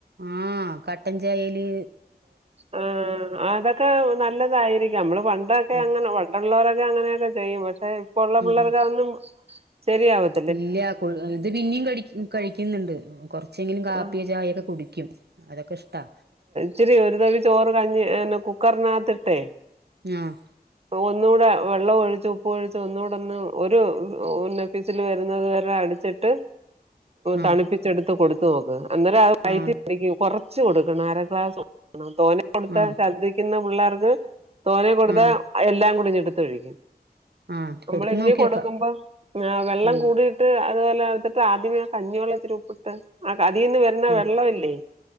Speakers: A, on the right; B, on the right.
A: ആഹ് കട്ടൻ ചായേല്
B: ആഹ് അതൊക്കെ നല്ലതായിരി ക്കാം നമ്മള് പണ്ടൊക്കെ
A: ഉം
B: അങ്ങനെ പണ്ടുള്ളവരൊക്കെ അങ്ങനെയക്കെ ചെയ്യും പക്ഷെ ഇപ്പ ഉള്ള പിള്ളേർക്കതൊ
A: ഉം
B: ന്നും ശരിയാവത്
A: ഇല്ല ഇത് പിന്നും ക കഴിക്കുന്നുണ്ട് കൊറച്ചെങ്കിലും കാപ്പിയ
B: ആഹ്
A: ചായയൊക്കെ കുടിക്കും അതൊക്കിഷ്ടാ
B: ച്ചിരി ഒരു തവി ചോറ് കഞ്ഞി കുക്കറിനകത്തിട്ടേ
A: ആഹ്
B: ഒന്നുടെ വെള്ളം ഒഴിച്ചു ഉപ്പ് ഒഴിച്ച് ഒന്നൂടൊ ന്ന് ഒരു ന്നെ വിസില് വരുന്നത് വരെ അടിച്ചിട്ട്
A: ആ
B: തണുപ്പിച്ചെടുത്ത് കൊടുത്തു നോക്ക് അന്നേരം അത് വൈറ്റി
A: ആ
B: പിടിക്കും കൊറച്ച് കൊടുക്കണം അര ഗ്ലാസ് ആ തോനെ കൊടുത്ത
A: ആ
B: ശർദിക്കുന്ന പിള്ളാർക്ക് തോനെ കൊടുത്ത
A: ആ
B: എല്ലാം കുടിങ്ങി ഴിക്കും
A: ആ
B: നമ്മൾ
A: കൊടുത്തു
B: ഇന്നിം
A: നോക്കിയോക്കാം
B: കൊടുക്കുമ്പോ വെള്ളം
A: ഉം
B: കൂടി ട്ട് അതുപോലെ ആദ്യമേ കഞ്ഞിവെള്ള ത്തിരി ഉപ്പിട്ട് ആ അതീന്ന് വ രുന്ന
A: ഉം
B: വെള്ളവില്ലേ